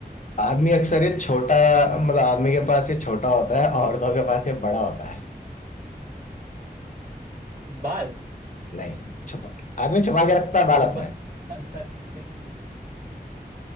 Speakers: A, on the left; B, on the right.
A: आदमी अक्सर ये छोटा मतलब आदमी के पास ये छोटा होता है औरतों के पास ये बड़ा होता है
B: बाल
A: नहीं छुपा आदमी छुपा के रखता है
B: छुपा
A: बाल अपने
B: <laughs> नहीं, नहीं,